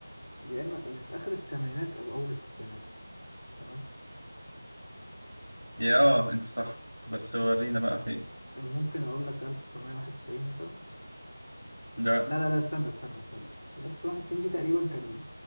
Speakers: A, on the left; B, on the right.
A: يا اما في اخر الثمانينات او اول التسعينات تمام
B: يا اه انت صح بس ورينا بقى فين
A: ممكن اقول لك 1991 مثلا
B: لا
A: لا لا لا استنى استنى استنى 1991 دي تقريبا كان